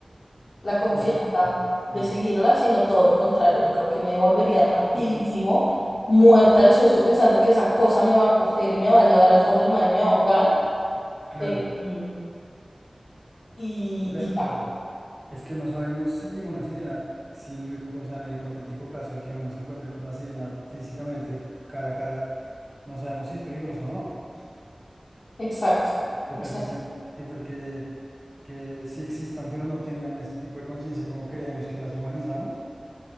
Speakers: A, on the left; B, on the right.
A: la confianza
B: La certeza,
A: de
B: sí.
A: seguirla, sino todo lo contrario. Yo creo que me devolvería rapidísimo,
B: Claro,
A: muerta del susto, pensando que esa cosa me va a coger y me va a llevar al fondo del mar y me va a ahogar.
B: claro,
A: Eh, mm, y,
B: claro.
A: y ya,
B: claro. Es que no sabemos si una sirena, si en el, hip- o sea, en el hipotético caso de que uno se encuentre con una sirena físicamente cara a cara, no sabemos si es peligroso o no.
A: exacto,
B: ¿Qué
A: exacto,
B: tal que sean, qué tal que que sí existan, pero no tengan ese tipo de conciencia como creemos que las humanizamos.